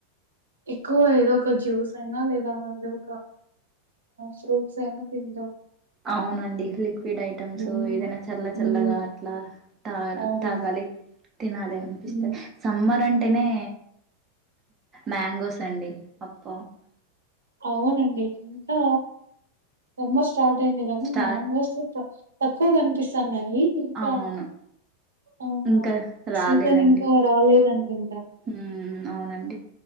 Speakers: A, on the right; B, on the right.
A: ఎక్కువ ఏదో ఒక జ్యూస్ అయినా లేద ఇద ఒక ఫ్రూట్స్ అయినా తింద
B: అవునండి లిక్విడ్ ఐటెమ్స్
A: హ్మ్
B: ఏదైనా చల్ల చల్లగా
A: హ్మ్
B: అట్లా తా
A: అవునండి.
B: తాగాలి తినాలి అనిపిస్త
A: హ్మ్
B: సమ్మర్ అంటేనే
A: హ్మ్.
B: మాంగోస్ అండి అప్ప
A: అవునండి ఇంకా సమ్మర్ స్టార్ట్ అంట్టేమి కానీ
B: స్టార్ట్
A: మ్యాంగోస్ తక్కువ కనిపిస్తాన్నాయి. ఇంకా
B: అవును
A: ఆ
B: ఇంకా రాలేదండి
A: సీజన్ ఇంకా రాలేదనుకుంటా
B: ఉమ్ అవునండి